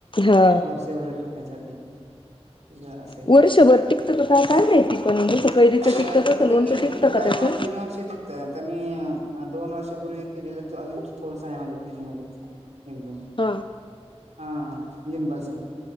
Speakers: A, on the left; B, on the right.
A: हा
B: वर्षभर टिकायसाठी तेजा असं आहे,
A: वर्षभर टिकतं का काय काय माहिती पण जसं कैरीचं
B: त्या टिकतं
A: तसं लोणचं
B: की
A: टिकतं का
B: काय
A: त्याचं
B: दोन ती तीनं वर्ष टिकतं आता मी मी अ दोन वर्षापूर्वी केलेलं अजून थोडस आहे माझ्या फ्रीजी मध्ये एकदम
A: हा
B: हा लिंबाचा.